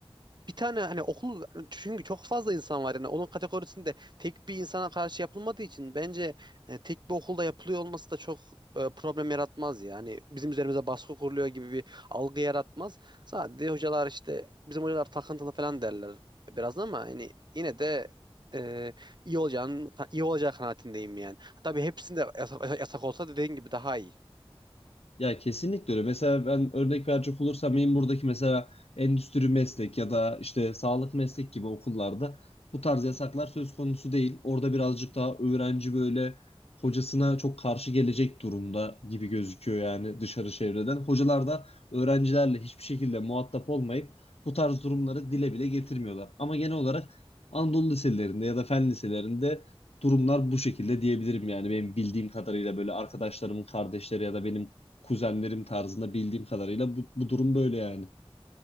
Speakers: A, on the right; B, on the left.
A: bir tane hani okul çünkü çok fazla insan var yani onun kategorisinde tek bir insana karşı yapılmadığı için bence e, tek bir okulda yapılıyor olması da çok e, problem yaratmaz yani bizim üzerimize baskı kuruluyor gibi bir algı yaratmaz. Sadece hocalar işte bizim hocalar takıntılı falan derler biraz ama hani yine de e, iyi olacağını iyi olacağı kanaatindeyim yani. Tabii hepsinde yasak, yasak olsa dediğin gibi daha iyi.
B: Ya kesinlikle öyle. Mesela ben örnek verecek olursam benim buradaki mesela endüstri meslek ya da işte sağlık meslek gibi okullarda bu tarz yasaklar söz konusu değil. Orada birazcık daha öğrenci böyle hocasına çok karşı gelecek durumda gibi gözüküyor yani dışarı çevreden. Hocalar da öğrencilerle hiçbir şekilde muhatap olmayıp bu tarz durumları dile bile getirmiyorlar. Ama genel olarak Anadolu liselerinde ya da fen liselerinde durumlar bu şekilde diyebilirim yani benim bildiğim kadarıyla böyle arkadaşlarımın kardeşleri ya da benim kuzenlerim tarzında bildiğim kadarıyla bu, bu durum böyle yani.